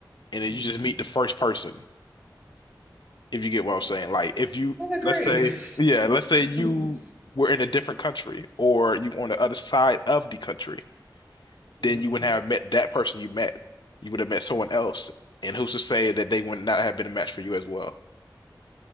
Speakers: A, on the left; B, on the right.
A: and
B: hmm
A: then you just meet the first person, if you get what I'm saying. Like if you
B: I agree.
A: let's say, yeah, let's say
B: <laughs>
A: you were in a different country or you on the other side of the country,
B: hmm
A: then you wouldn't have met that person you met. You would have met someone else. And who's to say that they would not have been a match for you as well?